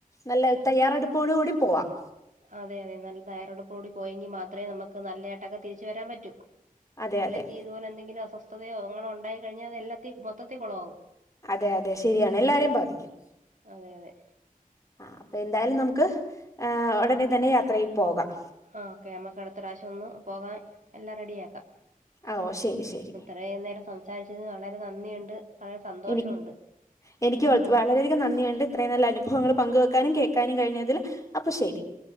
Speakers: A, on the left; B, on the right.
A: നല്ല തയ്യാറെടുപ്പോട് കൂടി പോവാം
B: അതെ അതെ നല്ല തയ്യാറെടുപ്പോടു കൂടി പോയെങ്കി മാത്ര നമ്മക്ക് നല്ലായിട്ടൊക്കെ തിരിച്ചു വരാൻ പറ്റൂ
A: അതെ
B: അല്ലെങ്കി
A: അതെ
B: ഇതുപോലെന്തെങ്കിലും അസ്വസ്ഥതയോ അങ്ങാണൊണ്ടായി കഴിഞ്ഞാ അത് എല്ലാത്തി മൊത്തത്തി കൊളവാവും
A: അതെയതെ ശരിയാണ് എല്ലാരെം ബാധിക്കും
B: അതെ അതെ
A: ആഹ് അപ്പൊ എന്തായാലും നമുക്ക് ഏഹ് ഉടനെ തന്നെ യാത്രയിൽ പോകാം
B: ആഹ് ഓക്കെ നമ്മക്ക് അടുത്ത പ്രാവശ്യം ഒന്ന് പോകാൻ എല്ലാം റെഡിയാക്കാം
A: ആഹ് ഓ ശരി ശരി
B: ഇത്രേം നേരം സംസാരിച്ചതിന് വളരെ നന്ദിയുണ്ട് വളരെ സന്തോഷവൊണ്ട്
A: എനി എനിക്ക് വ വളരെയധികം നന്ദിയുണ്ട് ഇത്രയും നല്ല അനുഭവങ്ങൾ പങ്ക് വെക്കാനും കേൾക്കാനും കഴിഞ്ഞതില് അപ്പൊ ശരി